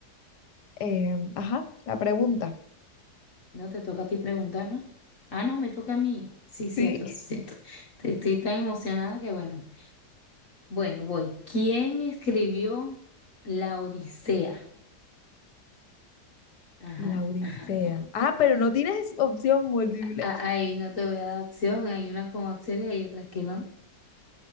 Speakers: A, on the left; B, on the left.
A: Em, ajá, la pregunta.
B: No te toca a ti preguntar, ¿no? Ah, no, me toca a mí. Sí, cierto,
A: Sí,
B: sí, cierto. Estoy, estoy tan emocionada que bueno. Bueno, voy. ¿Quién escribió La Odisea? Ajá.
A: la Odisea.
B: ajá.
A: Ah, pero no tienes opción múltiple.
B: A- Ahí no te voy a dar opción. Hay unas con opciones y hay otras que no.